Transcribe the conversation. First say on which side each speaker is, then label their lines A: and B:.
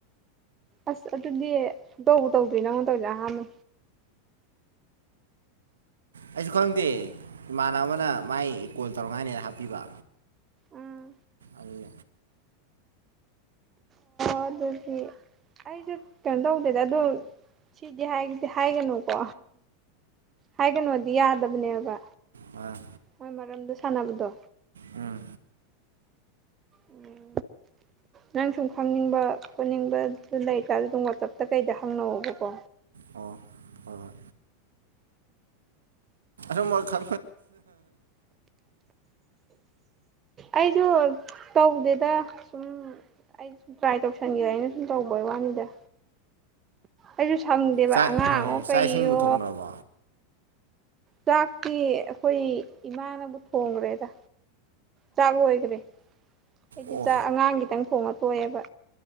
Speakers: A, on the right (about 30°); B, on the right (about 85°).
A: ꯑꯁ ꯑꯗꯨꯗꯤ ꯇꯧ ꯇꯧꯗ꯭ꯦ ꯅꯪꯉꯣꯟ ꯇꯧꯗ ꯑꯍꯥꯟꯕ
B: ꯑꯩꯁꯨ ꯈꯪꯗꯦ ꯏꯃꯥꯟꯅꯕꯅ ꯃꯥꯏ ꯀꯣꯜ ꯇꯧꯔꯉꯥꯏꯅꯤꯅ ꯍꯥꯞꯄꯤꯕ
A: ꯎꯝ
B: ꯑꯗꯨ
A: ꯑ ꯑꯗꯨꯗꯤ ꯑꯩꯁꯨ ꯀꯩꯅꯣ ꯇꯧꯗꯦꯗ ꯑꯗꯣ ꯁꯤꯗꯤꯗꯤ ꯍꯥꯏꯒꯅꯨꯀꯣ ꯍꯥꯏꯒꯅꯣꯗꯤ ꯌꯥꯗꯕꯅꯦꯕ
B: ꯑꯥ
A: ꯍꯣꯏ ꯃꯔꯝꯗꯨ ꯁꯥꯟꯅꯕꯗꯣ
B: ꯎꯝ
A: ꯎꯝ ꯅꯪ ꯁꯨꯝ ꯈꯪꯅꯤꯡꯕ ꯈꯣꯠꯅꯤꯡꯕꯗꯨ ꯂꯩꯇꯥꯔ ꯑꯗꯨꯝ ꯋꯥꯆꯞꯇ ꯀꯩꯗ ꯍꯪꯅꯕꯀꯣ
B: ꯑꯣ ꯍꯣꯏ ꯍꯣꯏ ꯑ ꯃ ꯈꯥ
A: ꯑꯩꯁꯨ ꯇꯧꯗꯦꯗ ꯁꯨꯝ ꯑꯩ ꯁꯨꯝ ꯇ꯭ꯔꯥꯏ ꯇꯧꯁꯟꯒꯦ ꯑꯩꯅ ꯁꯨꯝ ꯇꯧꯕꯣꯏ ꯋꯥꯅꯤꯗ ꯑꯩꯁꯨ ꯐꯪꯗꯦꯕ
B: ꯆꯥꯛ
A: ꯑꯉꯥꯡꯉꯣ
B: ꯍꯣꯏ
A: ꯀꯩꯌꯣ
B: ꯆꯥꯛ ꯏꯁꯤꯡꯕꯨ ꯊꯣꯡꯈ꯭ꯔꯕꯣ
A: ꯆꯥꯛꯇꯤ ꯑꯩꯈꯣꯏ ꯏꯃꯥꯅꯕꯨ ꯊꯣꯡꯈ꯭ꯔꯦꯗ ꯆꯥꯛ ꯂꯈ꯭ꯔꯦ ꯍꯥꯏꯗꯤ
B: ꯑꯣ
A: ꯆꯥꯛ ꯑꯉꯥꯡꯒꯤꯈꯤꯇꯪ ꯊꯣꯡꯉ ꯇꯣꯏꯑꯦꯕ